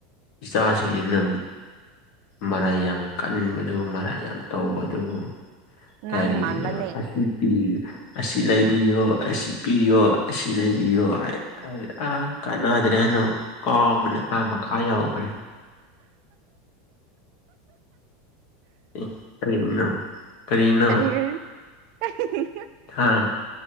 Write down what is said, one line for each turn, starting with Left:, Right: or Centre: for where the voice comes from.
Left: ꯏꯆꯥꯁꯤꯡꯅꯤꯅ ꯃꯔꯥꯏ ꯌꯥꯝ ꯀꯥꯟꯕꯗꯨ ꯃꯔꯥꯏ ꯌꯥꯝ ꯇꯧꯕꯗꯨꯕꯨ
Right: ꯅꯪ
Left: ꯀꯔꯤꯅꯣ
Right: ꯃꯥꯟꯕꯅꯦ
Left: ꯑꯁꯤ ꯄꯤ ꯑꯁꯤ ꯂꯩꯕꯤꯌꯣ ꯑꯁꯤ ꯄꯤꯌꯣ ꯑꯁꯤ ꯂꯩꯕꯤꯌꯣ ꯍꯥꯏ ꯑꯥ ꯀꯥꯟꯅꯗ꯭ꯔꯦ ꯍꯥꯏꯅ ꯀꯥꯎꯕꯅꯦ ꯑꯥ ꯃꯈ ꯌꯧꯒ꯭ꯔꯦ ꯑꯦ ꯀꯔꯤꯅꯣ ꯀꯔꯤꯅꯣ
Right: ꯀꯔꯤꯒꯤꯔ ꯑꯍꯤꯍꯤ
Left: ꯍꯥ